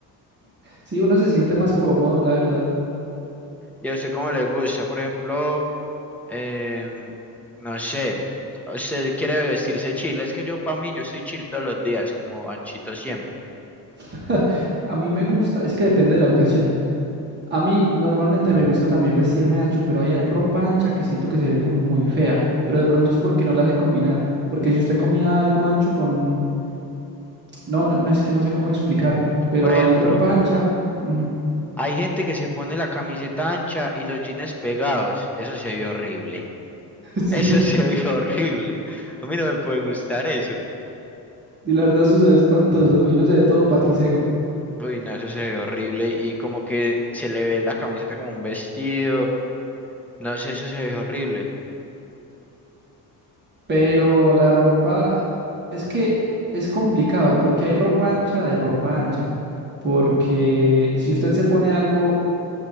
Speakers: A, on the right; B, in the centre.
A: Sí, uno se siente más cómodo, la verdad.
B: ¿Y a usted cómo le gusta? Por ejemplo, em, no sé, usted quiere vestirse chill, es que yo para mí, yo estoy chill todos los días, como anchito siempre.
A: <laughs> A mí me gusta, es que depende de la ocasión. A mí normalmente me gusta también vestirme ancho, pero hay ropa ancha que siento que se ve como muy fea, pero de pronto es porque no la hace combinar, porque si usted combina algo ancho con... No, no, no, es que no sé cómo explicarlo, pero
B: Por ejemplo,
A: hay ropa ancha. ujú,
B: hay gente que se pone la camiseta ancha y los jeans pegados, eso se ve horrible.
A: <laughs> Sí,
B: Eso se ve horrible. A mí no me puede gustar eso.
A: sí, la verdad eso se ve espantoso y uno se ve todo patiseco.
B: Uy, no, eso se ve horrible. Y como que se le ve la camiseta como un vestido. No sé, eso se ve horrible.
A: Pero la ropa es que es complicado porque hay ropa ancha de ropa ancha. Porque si usted se pone algo,